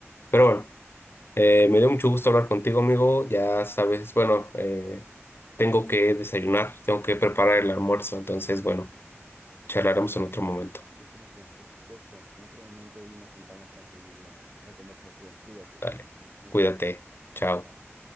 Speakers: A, on the left; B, on the right.
A: Pero bueno, eh, me dio mucho gusto hablar contigo, amigo. Ya sabes, bueno, eh, tengo que desayunar, tengo que preparar el almuerzo. Entonces, bueno, charlaremos en otro momento.
B: Y Cristian, por supuesto, en otro momento y nos juntamos para seguir la, la conversación. Cuídate.
A: Dale,
B: Nos
A: cuídate.
B: vemos.
A: Chao.
B: Chao.